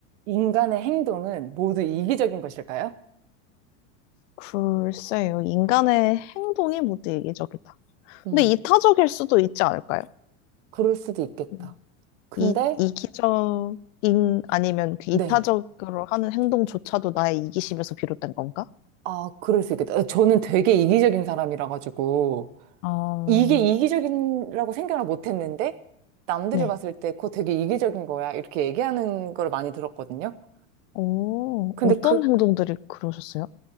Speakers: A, on the right; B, on the left.
A: 인간의 행동은 모두 이기적인 것일까요?
B: 글쎄요. 인간의 행동이 모두 이기적이다.
A: 음.
B: 근데 이타적일 수도 있지 않을까요?
A: 그럴 수도 있겠다.
B: 음.
A: 근데,
B: 이, 이기적인 아니면 그 이타적으로
A: 네.
B: 하는 행동조차도 나의 이기심에서 비롯된 건가?
A: 아, 그럴 수 있겠다. 저는 되게 이기적인 사람이라 가지고,
B: 어,
A: 이게 이기적이라고 생각을 못 했는데, 남들이
B: 네.
A: 봤을 때 그거 되게 이기적인 거야. 이렇게 얘기하는 걸 많이 들었거든요.
B: 오,
A: 근데
B: 어떤
A: 그,
B: 행동들이 그러셨어요?